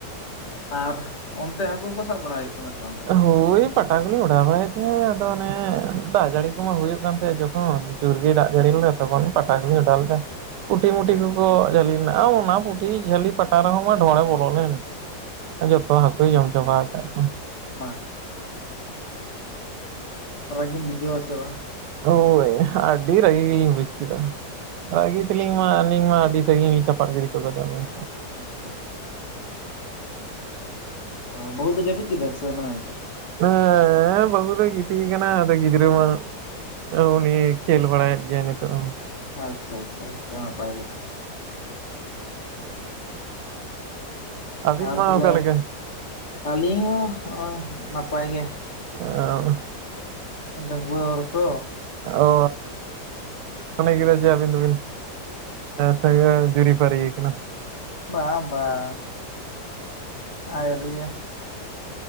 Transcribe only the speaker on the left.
ᱟᱨ ᱚᱱᱛᱮ ᱦᱟᱹᱠᱩ ᱠᱚ ᱥᱟᱵ ᱵᱟᱲᱟ ᱦᱩᱭᱩᱜ ᱠᱟᱱᱟ ᱥᱮ ᱵᱟᱝ ᱛᱟᱦᱚᱞᱮ
ᱟᱪᱪᱷᱟ
ᱢᱟ ᱨᱟᱹᱜᱤᱢ ᱵᱩᱡᱷᱟᱹᱣ ᱟᱥᱮ ᱵᱟᱝ
ᱟᱪᱪᱷᱟ
ᱟᱪᱪᱷᱟ
ᱟᱪᱪᱷᱟ ᱟᱪᱷᱟ ᱚ ᱵᱟᱦᱩ ᱫᱚ ᱡᱟᱹᱯᱤᱫ ᱠᱮᱫᱟᱭ ᱥᱮ ᱢᱮᱱᱟᱭ ᱜᱮᱭᱟ
ᱟᱪᱪᱷᱟ ᱟᱪᱪᱷᱟ ᱱᱟᱯᱟᱭ ᱠᱟᱛᱷᱟ <inaudible>
ᱟᱨ
ᱛᱟᱦᱞᱮ
ᱟᱹᱞᱤᱧ ᱦᱚᱸ ᱦᱚᱸᱜᱼᱚᱭ ᱱᱟᱯᱟᱭ ᱜᱮ
ᱰᱟᱺᱜᱩᱣᱟ ᱦᱚᱲ ᱛᱚ
ᱵᱟᱝ ᱵᱟᱝ ᱟᱭᱨᱤᱭᱟ